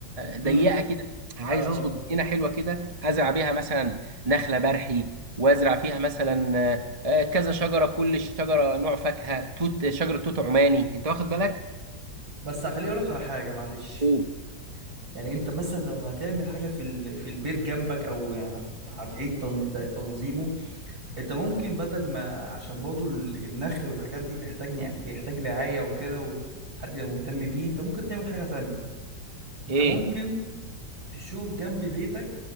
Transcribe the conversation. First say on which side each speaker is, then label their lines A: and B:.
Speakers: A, on the right; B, on the right.
A: ضيقه
B: امم
A: كده عايز
B: اه
A: اظبط
B: اه
A: جنينه حلوه كده ازرع بيها مثلا نخله برحي وازرع فيها مثلا آه، آه، كذا شجره كل شجره نوع فاكهه توت شجره توت عماني انت واخد بالك
B: بس خليني اقول لك على حاجه معلش
A: اوه
B: يعني انت مثلا لو هتعمل حاجه في ال... في البيت جنبك او يعني هت... هتعيد تن... تنظيمه انت ممكن بدل ما عشان برضه ال- النخل والحاجات دي بيحتاج بيحتاج رعايه وكده وحد يبقى مهتم بيه انت ممكن تعمل حاجه تانية انت
A: ايه
B: ممكن تشوف جنب بيتك